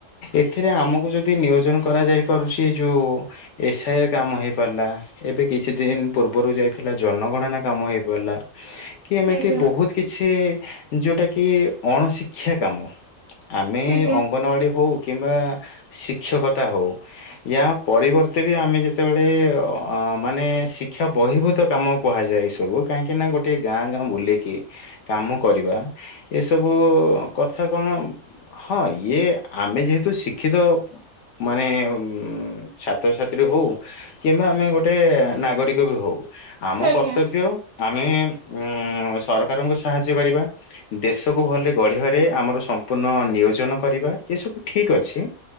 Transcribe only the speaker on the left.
ଏଥିରେ ଆମକୁ ଯଦି ନିୟୋଜନ କରାଯାଇ ପାରୁଛି ଯୋଉ ଏସ୍ ଆଇ କାମ ହେଇ ପାରିଲା ଏବେ କିଛି ଦିନ ପୂର୍ବ ପୂବରୁ ଯାଇଥିଲା ଜନଗଣନା କାମ ହେଇପାରିଲା କି ଏମିତି
ବହୁତ କିଛି ଯେଉଁଟା କିି ଅଣଶିକ୍ଷା କାମ ଆମେ
ଅଙ୍ଗନୱାଡ଼ି ହଉ କିମ୍ବା ଶିକ୍ଷକତା ହେଉ ୟା ପରିବର୍ତ୍ତେ ବି ଆମେ ଯେତେବେଳେ-ଏ-ଏ-ଏ ଅ ଅ ମାନେ ଶିକ୍ଷା ବହିଭୂତ କାମ କୁହାଯାଏ ଏସବୁ। କାହିଁକିନା ଗୋଟେ ଗାଁ ଗାଁ ବୁଲିକି କାମ କରିବା ଏସବୁ-ଉ-ଉ-ଉ କଥା କଣ ହଁ ଇଏ ଆମେ ଯେହେତୁ ଶିକ୍ଷିତ ମାନେ-ଏ-ଏ-ଏ ଅମ୍-ମ୍-ମ୍ ଛାତ୍ରଛାତ୍ରୀ ହଉ କିମ୍ବା ଆମେ ଗୋଟେ ନାଗରିକ ବି ହଉ। ଆମ
କର୍ତ୍ତବ୍ୟ ଆମେ ଉଁ-ଉ-ଉ ସରକାରଙ୍କ ସାହାଯ୍ୟ ର୍ଯ୍ୟ କରିବା ଦେଶକୁ ଭଲରେ ଗଢ଼ିବାରେ ଆମର ସମ୍ପୂର୍ଣ୍ଣ ନିୟୋଜନ କରିବା ଏସବୁ ଠିକ୍ ଅ ଛି